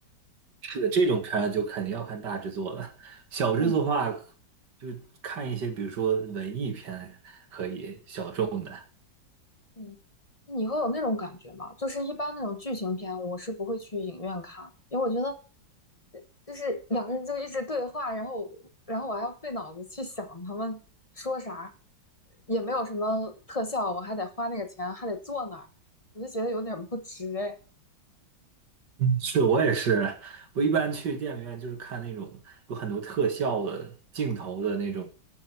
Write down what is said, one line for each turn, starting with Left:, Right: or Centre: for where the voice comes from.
Right: 是的，这种片儿就肯定要看大制作了。小制作的话，
Left: 嗯
Right: 就看一些，比如说文艺片可以，小众的。
Left: 嗯，你会有那种感觉吗？就是一般那种剧情片，我是不会去影院看的因为我觉得就是两个人就一直对话，然后然后我还要费脑子去想他们说啥，也没有什么特效，我还得花那个钱，还得坐那儿，我就觉得有点不值哎。
Right: 嗯，是我也是，我一般去电影院就是看那种有很多特效的镜头的那种，